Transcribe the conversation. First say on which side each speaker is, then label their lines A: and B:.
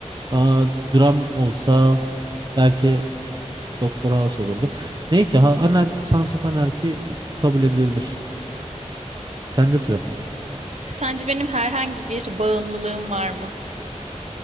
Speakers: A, on the right; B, on the right.
A: Aa, dram olsa belki Doktor House olurdu. Neyse ha, anar Sons of Anarchy kabul edilebilir. Sende sıra.
B: Sence benim herhangi bir bağımlılığım var mı?